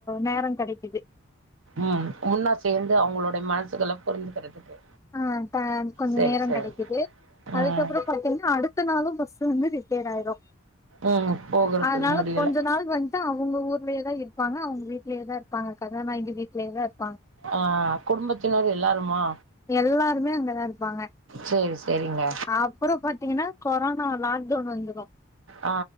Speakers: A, on the left; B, on the right.
A: நேரம் கெடைக்குது
B: உம் ஒன்னா சேர்ந்து அவங்களுடைய மனசுக்கள புரிஞ்சுக்கிறதுக்கு
A: ஆ தா கொஞ்
B: சரி
A: நேரம்
B: சரி
A: கழிச்சிட்டு அதுக்கப்புறம்
B: ம்
A: பாத்தீங்கன்னா அடுத்த நாளும் கொஞ் ச வந்து ரிப்பேர் ஆயிரு
B: ம் போகறதுக்கு
A: அதனால
B: முடியல
A: கொஞ்ச நாள் வந்டு அவங்க ஊர்லயேதா இருப்பாங்க அவூங்க வீட்டுலயேதா இருக் ப்பாங்க கதாநாயகி வீட்லேதா இர்
B: ஆ குடும்பத்தினர் எல்லாருமா
A: எல்லாருமே அங்கதா இருப்பாங்க
B: சரி சரிங்க
A: அப்புறம் பாத்தீங்கன்னா கொரோனா லா க் டவுன் வந்துரு
B: ஆ